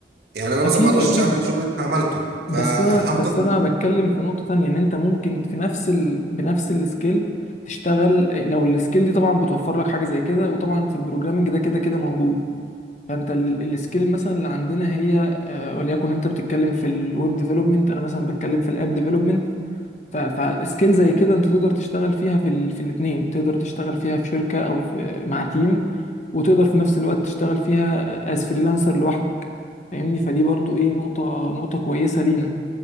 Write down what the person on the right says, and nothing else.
يعني انا
مثلا ما اقدرش
اعمل الشغل اللي انت عملته
فهفضل